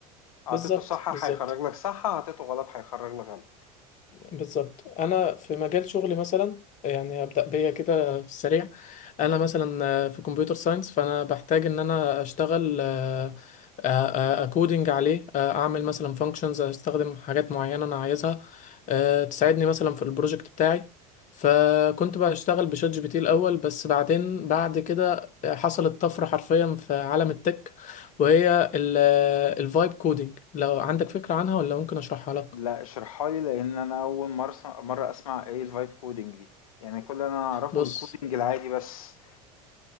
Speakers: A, on the left (about 65°); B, on the left (about 40°).
A: اعطيته
B: بالظبط
A: صح
B: بالظبط
A: هيخرج لك صح اعطيته غلط هيخرج لك غلط
B: بالظبط انا في مجال شغلي مثلا يعني ابدا بيا كده في السريع انا مثلا آه، في كمبيوتر ساينس فانا بحتاج ان انا اشتغل آه، آه، آه، اكودنج عليه آه، اعمل مثلا فانكشنز استخدم حاجات معينه انا عايزها آه، تساعدني مثلا في البروجكت بتاعي فكنت بقى اشتغل بشات جي بي تي الاول بس بعدين بعد كده حصلت طفره حرفيا في عالم التك وهي الفايب كودنج لو عندك فكره عنها ولا ممكن اشرحها لك
A: لا اشرحها لي لان انا اول مره أسمع مره اسمع ايه الفايب كودنج دي يعني كل اللي انا اعرفه
B: بص
A: الكودنج العادي بس